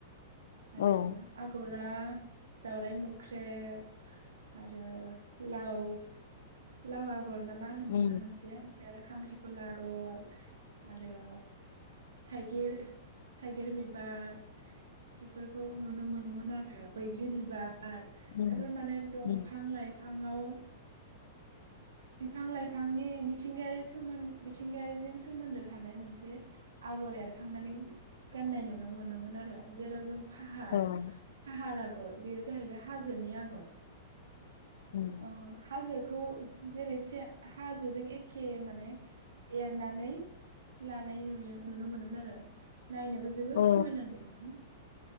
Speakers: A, on the left; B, on the right.
A: औ
B: आरो आगरा दावराइ मोख्रेब आरो लाव लावा गरना मा होनोमोन
A: औ
B: ना मोनसे बे आरो खांख्रि खला आगर आरो थाइ गिर थाइगिर बिबार बेफोरखौ नुनो मोनोमोन आरो बैग्रि बिबा र
A: उम
B: एफोर माने दंफां
A: उम
B: लाइफां फांआव बिफां लाइफांनि मिथि थिंगायारि सोमन मिथिंगायारिजों सोमोन्दो थानाय मोनसे आगर एरखांनानै गाननाय नुनो मोनोमोन आरो जेराव जों फाहार
A: औ
B: फाहार आग गर बेयो जाहैबाय हाजोनि आगर
A: उम,
B: ओ हाजोख खौ जेरै से हाजोजों ए खे माने एरनानै लानाय नुयो नुनो मोनोमोन आरो नायनोबो जोबोर
A: औ
B: समायना नुयोमोन।